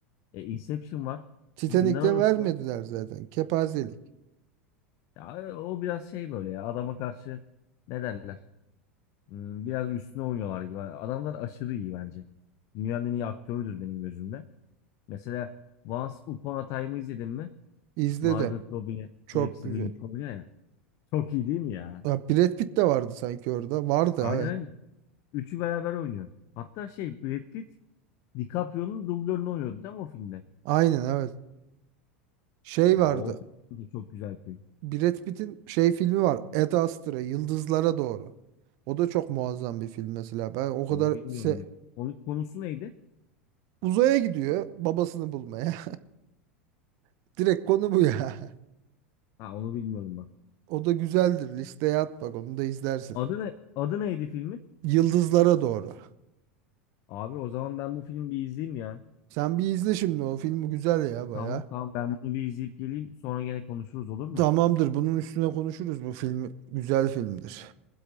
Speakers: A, on the left; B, on the right.
A: E, Inception var.
B: Titanic'te
A: Zindan Adası
B: vermediler
A: var.
B: zaten. Kepazelik.
A: Ya, e, o biraz şey böyle ya adama karşı ne derler? Hmm, Biraz üstüne oynuyorlar gibi. Adamlar aşırı iyi bence. Dünyanın en iyi aktörüdür benim gözümde. Mesela Once Upon a Time'ı izledin mi?
B: İzledim.
A: Margot Robbie
B: Çok
A: hepsi
B: güzel.
A: birlikte oynuyor ya. Çok iyi değil mi ya?
B: Ya Brad Pitt de vardı sanki orada. Vardı
A: Aynen
B: evet.
A: aynen. Üçü beraber oynuyor. Hatta şey Brad Pitt DiCaprio'nun dublörünü oynuyordu değil mi o filmde?
B: Aynen evet. Şey
A: Ha,
B: vardı.
A: o film de çok güzel film.
B: Brad Pitt'in şey filmi var. Ad Astra Yıldızlara Doğru. O da çok muazzam bir film mesela. Ben o kadar
A: Onu bilmiyorum
B: se
A: bak. Onun konusu neydi?
B: Uzaya gidiyor babasını bulmaya. <laughs> Direkt konu bu ya.
A: Ha onu bilmiyorum bak.
B: O da güzeldir. Listeye at bak onu da izlersin.
A: Adı ne? Adı neydi filmin?
B: Yıldızlara doğru.
A: Abi o zaman ben bu filmi bir izleyeyim ya.
B: Sen bir izle şimdi o filmi güzel ya baya.
A: Tamam tamam ben bunu bir izleyip geleyim. Sonra gene konuşuruz olur mu?
B: Tamamdır bunun üstüne konuşuruz bu filmi. Güzel filmdir.